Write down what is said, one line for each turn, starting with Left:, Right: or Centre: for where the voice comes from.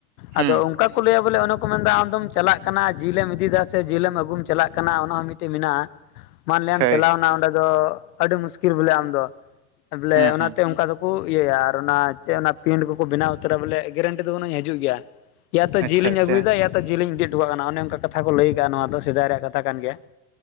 Right: ᱦᱩᱸ
Left: ᱟᱫᱚ ᱚᱱᱠᱟ ᱦᱚᱲ ᱠᱚ ᱞᱟᱹᱭᱟ ᱵᱚᱞᱮ ᱚᱱᱮ ᱠᱚ ᱢᱮᱱᱫᱟ ᱟᱢᱫᱚᱢ ᱪᱟᱞᱟᱜ ᱠᱟᱱᱟ ᱡᱤᱞᱮ ᱮᱢ ᱤᱫᱤᱭᱮᱫᱟ ᱥᱮ ᱡᱤᱞ ᱮᱢ ᱟᱹᱜᱩᱢ ᱪᱟᱞᱟᱜ ᱠᱟᱱᱟ ᱚᱱᱟ ᱦᱚᱸ ᱢᱤᱫᱴᱮᱱ ᱢᱮᱱᱟᱜᱼᱟ ᱢᱟᱱᱞᱮᱢ
Right: ᱦᱳᱭ
Left: ᱪᱟᱞᱟᱣᱮᱱᱟ ᱚᱸᱰᱮ ᱫᱚ ᱟᱹᱰᱤ ᱢᱩᱥᱠᱤᱞ ᱵᱚᱞᱮ ᱟᱢ ᱫᱚ ᱵᱚᱞᱮ
Right: ᱦᱩᱸ
Left: ᱚᱱᱟᱛᱮ
Right: ᱦᱩᱸ
Left: ᱚᱱᱠᱟ ᱫᱚᱠᱚ ᱤᱭᱟᱹᱭᱟ ᱟᱨ ᱚᱱᱟ ᱪᱮᱫ ᱚᱱᱟ ᱯᱤᱱᱴ ᱠᱚᱠᱚ ᱵᱮᱱᱟᱣ ᱩᱛᱟᱹᱨᱟ ᱵᱚᱞᱮ ᱜᱮᱨᱮᱱᱴᱤ ᱫᱚ ᱵᱟᱱᱩᱜᱟ ᱡᱤᱝ ᱦᱤᱡᱩᱜ ᱜᱮᱭᱟ ᱾ ᱤᱭᱟᱛᱚ
Right: ᱟᱪᱪᱷᱟ
Left: ᱡᱤᱞ ᱤᱧ
Right: ᱟᱪᱪᱷᱟ
Left: ᱟᱜᱩᱭᱮᱫᱟ ᱮᱭᱟ ᱛᱚ ᱡᱤᱞ ᱤᱫᱤ ᱦᱚᱴᱚᱸᱜ ᱪᱟᱞᱟᱜ ᱠᱟᱱᱟ ᱚᱱᱮ ᱚᱱᱠᱟ ᱠᱟᱛᱷᱟ ᱠᱚ ᱞᱟᱹᱭ ᱟᱫᱟ ᱾ ᱱᱚᱣᱟ ᱫᱚ ᱥᱮᱫᱟᱭ ᱨᱮᱭᱟᱜ ᱠᱟᱛᱷᱟ ᱠᱟᱱ ᱜᱮᱭᱟ